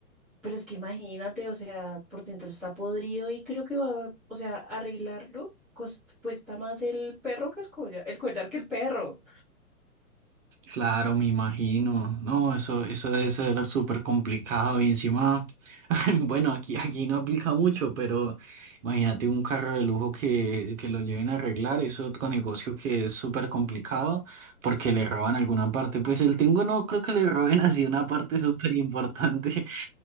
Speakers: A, in the centre; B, on the right.
A: Pero es que imagínate, o sea, por dentro está podrido y creo que va, o sea, arreglarlo cos- cuesta más el perro que el collar, el collar que el perro.
B: Claro, me imagino. No, eso, eso debe ser súper complicado. Y encima, <laughs> bueno, aquí, aquí no aplica mucho, pero imagínate un carro de lujo que, que lo lleven a arreglar. Eso es otro negocio que es súper complicado porque le roban alguna parte. Pues el tengo no creo que le roben así una parte súper importante.